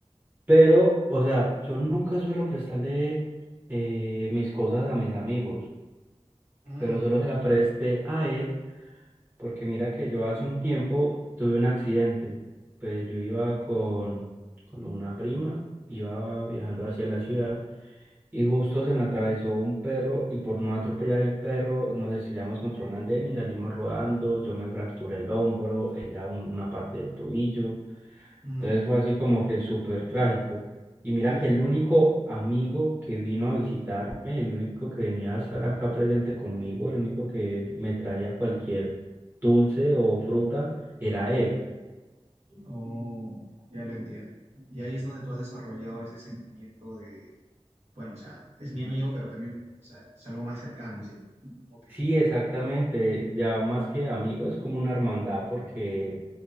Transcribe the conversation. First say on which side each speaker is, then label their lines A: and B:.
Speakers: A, on the right; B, on the right.
A: Pero, o sea, yo nunca suelo prestarle eh, mis cosas a mis amigos,
B: Mm,
A: pero solo se la presté a él, porque mira que yo hace un tiempo tuve un accidente. Pues yo iba con, con una prima, iba viajando hacia la ciudad y justo se me atravesó un perro y por no atropellar el perro nos estrellamos contra un andén y salimos rodando, yo me fracturé el hombro, ella un- una parte del tobillo.
B: mm,
A: Entonces fue así como que súper trágico. Y mira
B: uh,
A: que el único amigo que vino a visitarme, el único que venía a estar acá presente conmigo, el único que me traía cualquier dulce o fruta, era él.
B: oh, ya lo entiendo. Y ahí es donde tú has desarrollado ese sentimiento de, bueno, o sea, es mi amigo, pero también, o sea, es algo más cercano, o sea, como que,
A: Sí, exactamente. Ya más que amigo es como una hermandad porque